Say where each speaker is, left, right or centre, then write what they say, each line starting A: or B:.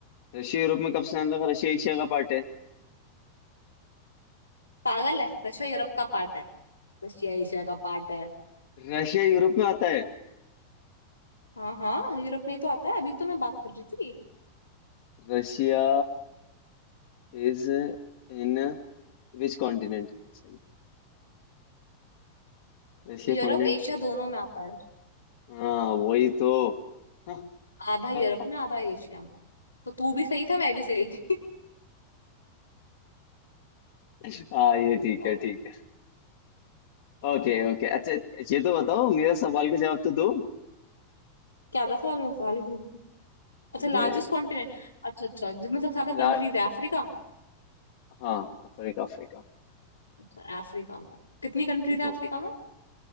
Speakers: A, on the left; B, on the left.
A: रशिया यूरोप में कब से आने लगा रशिया एशिया का पार्ट है
B: पागल है रशिया यूरोप का पार्ट है रशिया एशिया का पार्ट है
A: रशिया यूरोप में आता है
B: हाँ हाँ यूरोप में ही तो आता है अभी तो मैं बात कर रही थी
A: Russia is in which continent सही Russia
B: यूरोप
A: continent
B: एशिया दोनों में आता है
A: हाँ वही तो <laughs> हाँ
B: आधा यूरोप
A: हाँ।
B: में आधा एशिया में तो तू भी सही था मैं भी सही थी
A: हाँ, ये
B: <laughs> बताओ
A: ठीक है ठीक है Okay
B: हाँ
A: okay अच्छा ये तो बताओ मेरा सवाल का जवाब तो दो
B: क्या था सवाल मैं सवाल ही भूल गई अच्छा
A: अरे
B: लार्जेस्ट
A: भाई,
B: कॉन्टिनेंट अच्छा अच्छा जिसमें सबसे ज्यादा
A: ला
B: कंट्रीज है अफ्रीका
A: हाँ अफ्रीका अफ्रीका
B: अच्छा अफ्रीका में कितनी कंट्रीज है
A: तो
B: अफ्रीका में